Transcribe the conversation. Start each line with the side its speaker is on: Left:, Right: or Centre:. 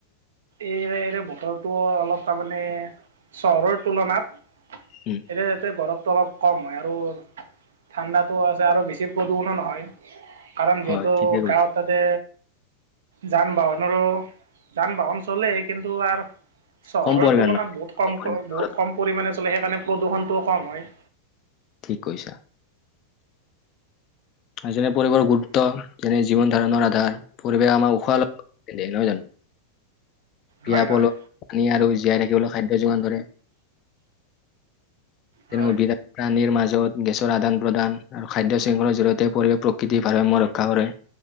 Right: এইৰে এইৰে বতৰটো অলপ তাৰমানে চহৰত। তুলনাত
Left: উম
Right: এনে যাতে গৰম। টো অলপ কম হয় আৰু ঠাণ্ডাটো আছে আৰু বেছি প্ৰদূষণো নহয়। কাৰণ যিহেতু
Left: হয় ঠিকে কৈছা
Right: গাঁৱত তাতে। যান বাহনৰো যান বাহন চলে কিন্তু আৰ। চহৰৰ
Left: কম পৰিমাণ
Right: তুলনাত
Left: মানে
Right: বহুত কম
Left: পৰিমাণ
Right: বহুত
Left: চহৰত
Right: কম পৰিমণে চলে সেইকাৰণে প্ৰদূষণটোও কম হয়।
Left: ঠিক কৈছা। যেনে পৰিৱেশৰ গুৰুত্ব যেনে জীৱন ধাৰণৰ আধাৰ পৰিৱেশ আমাৰ উশাহ। তে নহয় জানো। বিয়া
Right: হয় হয়
Left: পল পানী আৰু জীয়াই ৰাখিবলৈ খাদ্য যোগান ধৰে। তেওঁনে
Right: হয়
Left: বিধ প্ৰাণীৰ মাজত গেছৰ আদান প্ৰদান আৰু খাদ্য শৃংখলাৰ জৰিয়তে। পৰিৱেশ প্ৰকৃতি ভাৰাসাম্য ৰক্ষা কৰে।